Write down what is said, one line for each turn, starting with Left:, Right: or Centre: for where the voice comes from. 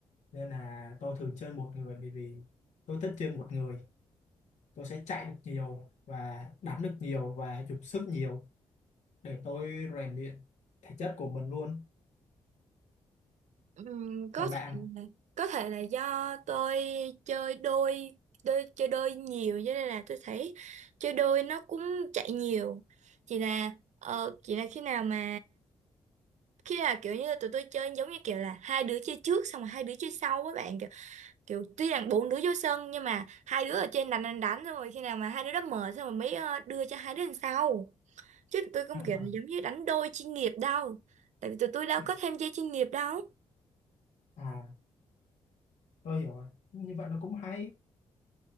Left: nên là tôi thường chơi một người bởi vì tôi thích chơi một người tôi sẽ chạy được nhiều và đánh được nhiều và dùng sức nhiều để tôi rèn luyện thể chất của mình luôn
Right: Ừm, có
Left: còn
Right: thể
Left: bạn
Right: là, có thể là do tôi chơi đôi đôi chơi đôi nhiều cho nên là tôi thấy chơi đôi nó cũng chạy nhiều chỉ là ờ, chỉ là khi nào mà khi là kiểu như là tụi tôi chơi giống như kiểu là hai đứa chơi trước xong rồi hai đứa chơi sau á bạn kiểu, kiểu tuy rằng bốn đứa vô sân nhưng mà hai đứa ở trên đánh đánh đánh xong rồi khi nào mà hai đứa đó mở xong rồi mới ờ, đưa cho hai đứa đằng sau chứ tụi tôi không
Left: <laughs> à,
Right: kiểu là giống như đánh đôi chuyên nghiệp đâu tại vì tụi tôi đâu
Left: ừ,
Right: có tham gia chuyên nghiệp đâu
Left: à, tôi hiểu rồi như vậy nó cũng hay